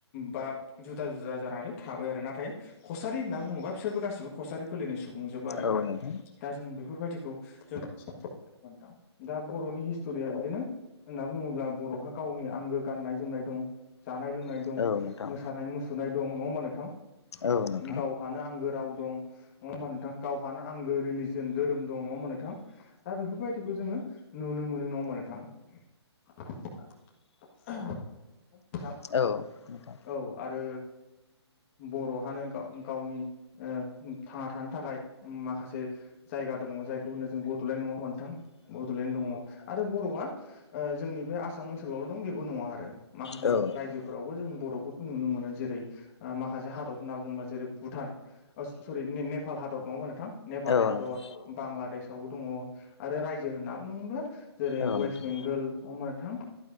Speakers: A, on the left; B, on the left.
A: बा जुदा जुदा जानानै थाबाय आरो नाथाय कसारि होनना बुङोबा बिसोरबो गासिबो कसारि फोलेरनि सुबुंजोब आरो
B: औ
A: दा
B: नोंथां
A: दा जों बेफोरबायदिखौ जों <unintelligible> दा बर'नि हिस्ट'रिया बिदिनो होनना बुङोब्ला बर'हा गावनि आंगो गाननाय जोमनाय दं जानाय लोंनाय
B: औ
A: दं
B: नोंथां औ नोंथां औ नोंथां
A: मोसानाय मुसुरनाय दं नङा होमबा नोंथां
B: औ नोंथां
A: गावहानो आंगो राव दं नङा होमबा नोंथां गावहानो आगो रिलिजन धोरोम दं नङा होमबा नोंथां दा बेफोरबाय दिखौ जोङो नुनो मोनो नङा होमबा नोंथां नङा होमबा नोंथां
B: औ नोंथां
A: औ आरो बर'हानो गाव गावनि थांना थानो थाखाय माखासे जायगा दङ जायखौ होनो जों बड'लेण्ड नङा होमबा नोंथां बड'लेण्ड दङ आरो बर'आ जोंनि बे आसाम ओनसोलावल' दं बेबो नङा आरो माखासे
B: औ नोंथां
A: रायजोफोर रावबो जों बर'फोरखौ नुनो मोनो जेरै माखासे हादर होनना बुङोबा जेरै भुटान सरि नेपाल हादर नङा होमबा नोंथां नेपाल हादर
B: औ नोंथां
A: बांलादेशावबो दङ आरो रायजो होनना बुङोब्ला जेरै
B: औ
A: वेस्ट
B: नोंथां
A: बेंगोल नङा होमबा नोंथां